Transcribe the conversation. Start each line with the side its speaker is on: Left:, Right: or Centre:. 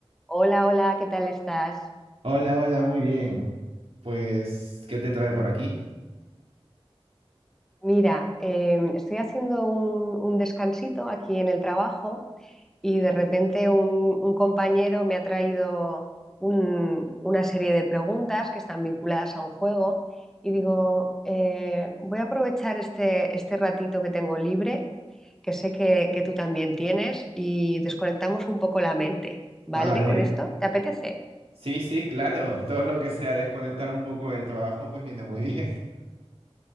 Centre: Hola, hola, ¿qué tal estás?
Right: Hola, hola, muy bien. Pues, ¿qué te trae por aquí?
Centre: Mira, em, estoy haciendo un, un descansito aquí en el trabajo y de repente un, un compañero me ha traído un- una serie de preguntas que están vinculadas a un juego y digo, eh, voy a aprovechar este, este ratito que tengo libre, que sé que, que tú también tienes, y desconectamos un poco la mente, ¿vale?
Right: A ver.
Centre: ¿Con esto? ¿Te apetece?
Right: Sí, sí, claro. Todo lo que sea desconectar un poco del trabajo, pues viene muy bien. <laughs>